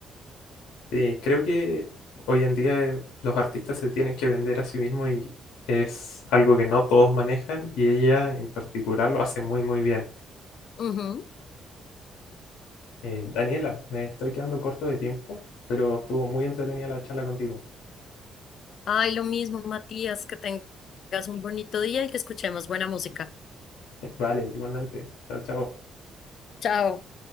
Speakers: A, on the left; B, on the left.
A: Eh, creo que hoy en día eh, los artistas se tienen que vender a sí mismos y es algo que no todos manejan y ella en particular lo hace muy muy bien.
B: Ujú.
A: Eh, Daniela, me estoy quedando corto de tiempo, pero estuvo muy entretenida la charla contigo.
B: Ay, lo mismo, Matías, que tengas un bonito día y que escuchemos buena música.
A: <laughs> Vale, igualmente. Chao, chao.
B: Chao.